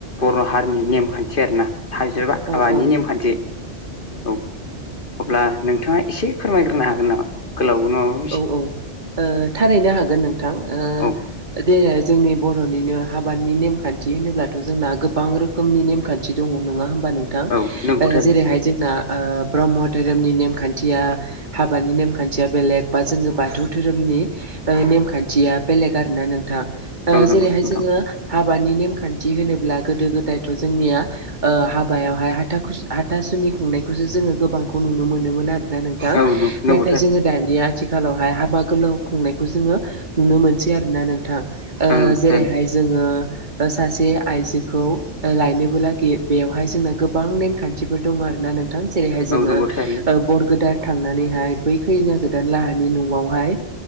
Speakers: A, on the left (about 45°); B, on the right (about 40°).
A: बर' हारिनि नेमखान्थि आरोना हाइजा हाबानि
B: औ औ
A: नेमखान्थि औ अब्ला नोंथाङा एसे फोरमायग्रोनो हागोन नामा गोलाव नङा
B: औ औ ओ थारैनो हागोन नोंथां ओ
A: औ
B: दे जोंनि बर'निनो हाबानि नेमखान्थि होनोब्लाथ' जोंना गोबां रोखोम रोखोमनि नेमखान्थि दङ नङा होमबा नोंथां
A: औ नंगौ थारैनो
B: जेरैहाय जोंना ब्रह्म धोरोमनि नेमखान्थिया हाबानि नेमखान्थिया बेलेग बा जोङो बाथौ धोरोमनि नेमखान्थिया बेलेग आरोोना नोंथां
A: औ नंगौ
B: जेरैहाय
A: नोंथां
B: जोङो हाबानि नेमखान्थि होनोब्ला गोदो गोदायथ' जोंनिया हाबायावहाय हाथाु हाथासुनि खुंनायखौसो जोङो गोबांखौ नुनो मोनोमोन आरोना नों
A: औ नं नंगौ
B: नाथाय
A: थारैनो
B: जोङो दानिया आथिखालावहाय हाबा गोलाव खुंनायखौ जोङो नुनो मोनसै आरो ना नोंथां ओ
A: औ नंगौ
B: जेरैहाय
A: थारैनो
B: जोङो सासे आइजोखौ लायनोबो लागि बेवहाय जोंना गोबां नेमखान्थिफोर दङ आरो ना नोंथां जेरैहाय जोङो
A: औ नंगौ थारैनो
B: बरगदान थांनानैहाय बै खैना गोदान लाहानि न'आवहाय